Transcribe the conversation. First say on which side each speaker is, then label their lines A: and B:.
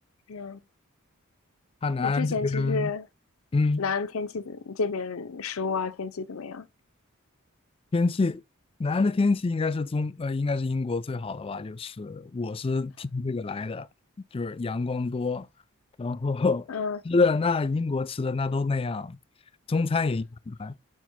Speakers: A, on the left; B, on the left.
A: 嗯，
B: 南安这边，
A: 我之前其实
B: 嗯，
A: 南安天气怎这边食物啊，天气怎么样？
B: 天气，南安的天气应该是中，呃，应该是英国最好的吧。就是我是听这个来的，就是阳光多，然后
A: 嗯，
B: <laughs> 吃的那英国吃的那都那样，中餐也一般。